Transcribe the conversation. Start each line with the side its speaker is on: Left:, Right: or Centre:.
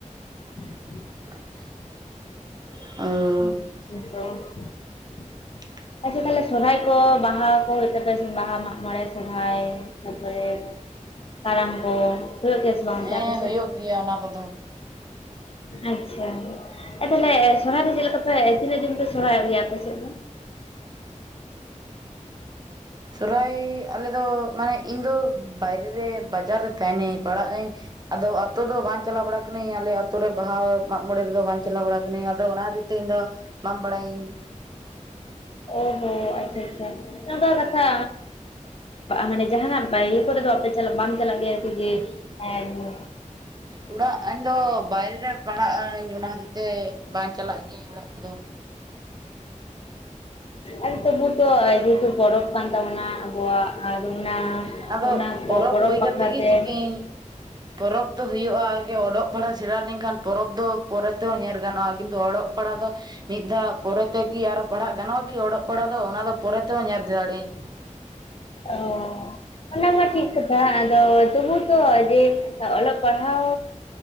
Left: <unintelligible>
Right: <unintelligible> ᱚ
Left: <unintelligible>
Right: <unintelligible>
Left: ᱟᱪᱪᱷᱟ ᱛᱟᱞᱦᱮ ᱥᱚᱨᱦᱟᱭ ᱠᱚ ᱵᱟᱦᱟ ᱠᱚ ᱦᱩᱭᱩᱜ ᱛᱟᱯᱮᱭᱟ ᱥᱮ ᱵᱟᱦᱟ ᱢᱟᱜ ᱢᱚᱬᱮ ᱥᱚᱨᱦᱟᱭ ᱛᱟᱯᱚᱨᱮ ᱠᱟᱨᱟᱢ ᱠᱚ ᱦᱩᱭᱩᱜ ᱜᱮᱭᱟ ᱥᱮ ᱵᱟᱝ ᱚᱱᱛᱮ
Right: ᱦᱮᱸ
Left: ᱟᱯᱮ ᱥᱮᱫ
Right: ᱦᱳᱭᱳᱜ ᱜᱮᱭᱟ ᱚᱱᱟ ᱠᱚᱫᱚ
Left: ᱟᱪᱪᱷᱟ ᱛᱟᱦᱞᱮ ᱥᱚᱨᱦᱟᱭ ᱫᱚ ᱪᱮᱫ ᱞᱮᱠᱟ ᱯᱮ ᱛᱤᱱᱟᱹᱜ ᱫᱤᱱ ᱯᱮ ᱥᱚᱨᱦᱟᱭᱚᱜ ᱜᱮᱭᱟ ᱟᱯᱮ ᱥᱮᱫ ᱫᱚ
Right: ᱥᱚᱦᱨᱟᱭ ᱟᱞᱮᱫᱚ ᱢᱟᱱᱮ ᱤᱧ ᱫᱚ ᱵᱟᱭᱨᱮ ᱨᱮ ᱵᱟᱡᱟᱨ ᱨᱮ ᱛᱟᱦᱮᱱᱟᱹᱧ ᱯᱟᱲᱟᱜ ᱟᱹᱧ ᱟᱫᱚ ᱟᱛᱳ ᱫᱚ ᱵᱟᱝ ᱪᱟᱞᱟ ᱵᱟᱲᱟ ᱟᱠᱟᱱᱟᱹᱧ ᱟᱞᱮ ᱟᱛᱳ ᱨᱮ ᱵᱟᱦᱟ ᱢᱟᱜ ᱢᱚᱬᱮ ᱨᱮᱫᱚ ᱵᱟᱝ ᱪᱟᱞᱟ ᱵᱟᱲᱟ ᱟᱠᱟᱱᱟᱹᱧ ᱟᱫᱚ ᱚᱱᱟ ᱦᱚᱛᱤᱨ ᱛᱮ ᱤᱧ ᱫᱚ ᱵᱟᱝ ᱵᱟᱲᱟᱭᱟᱹᱧ
Left: ᱚ ᱦᱚᱸ ᱟᱪᱪᱷᱟ ᱟᱪᱪᱷᱟ ᱱᱚᱝᱠᱟ ᱠᱟᱛᱷᱟ ᱢᱟᱱᱮ ᱡᱟᱦᱟᱱᱟᱜ ᱵᱟᱭᱨᱤ ᱠᱚᱨᱮ ᱫᱚ ᱟᱯᱮ ᱪᱟᱞᱟᱜ ᱵᱟᱝ ᱪᱟᱞᱟᱜ ᱜᱮᱭᱟ ᱠᱤ ᱡᱮ ᱦᱮᱸ ᱜᱤ
Right: ᱚᱲᱟᱜ ᱤᱧ ᱫᱚ ᱵᱟᱭᱨᱮ ᱨᱮ ᱯᱟᱲᱦᱟᱜ ᱟᱹᱧ ᱚᱱᱟ ᱦᱚᱛᱮᱡ ᱛᱮ ᱵᱟᱝ ᱪᱟᱞᱟᱜ ᱜᱤᱭᱟᱹᱧ ᱚᱲᱟᱜ ᱠᱚᱫᱚ
Left: ᱚ ᱛᱚᱵᱩ ᱛᱚ ᱡᱮ ᱦᱮᱛᱩ ᱯᱚᱨᱚᱵᱽ ᱠᱟᱱ ᱛᱟᱵᱚᱱᱟ ᱠᱚᱣᱟᱜ ᱟᱨ ᱚᱱᱟ
Right: ᱦᱮᱸ ᱟᱫᱚ
Left: ᱚᱱᱟ ᱯᱚᱨᱚᱵᱽ
Right: ᱦᱩᱭ
Left: ᱵᱟᱠᱷᱨᱟ
Right: ᱠᱟᱛᱮᱜ ᱜᱮ
Left: ᱛᱮ
Right: ᱪᱤᱠᱟᱹᱭᱟᱹᱧ ᱯᱚᱨᱚᱵᱽ ᱫᱚ ᱦᱳᱭᱳᱜ-ᱟ ᱟᱜᱮ ᱚᱞᱚᱜ ᱯᱟᱲᱦᱟᱜ ᱥᱮᱬᱟ ᱞᱮᱱᱠᱷᱟᱱ ᱯᱚᱨᱚᱵᱽ ᱫᱚ ᱯᱚᱨᱮ ᱛᱮᱦᱚ ᱧᱮᱞ ᱜᱟᱱᱚᱜᱼᱟ ᱠᱤᱱᱛᱩ ᱚᱞᱚᱜ ᱯᱟᱲᱦᱟ ᱫᱚ ᱢᱤᱫ ᱫᱷᱟᱣ ᱯᱚᱨᱮ ᱛᱮ ᱠᱤ ᱟᱨᱚ ᱯᱟᱲᱦᱟᱜ ᱜᱟᱱᱚᱜᱼᱟ ᱠᱤ ᱚᱞᱚᱜ ᱯᱟᱲᱦᱟ‌ ᱫᱚ ᱚᱱᱟ ᱫᱚ ᱯᱚᱨᱮ ᱛᱮᱦᱚᱸ ᱧᱮᱞ ᱫᱟᱲᱮᱭᱟᱜ ᱟᱹᱧ
Left: ᱚ ᱚᱱᱟ ᱢᱟ ᱴᱷᱤᱠ ᱠᱟᱛᱷᱟ ᱟᱫᱚ ᱛᱚᱵᱩ ᱛᱚ ᱡᱮ ᱚᱞᱚᱜ ᱯᱟᱲᱦᱟᱣ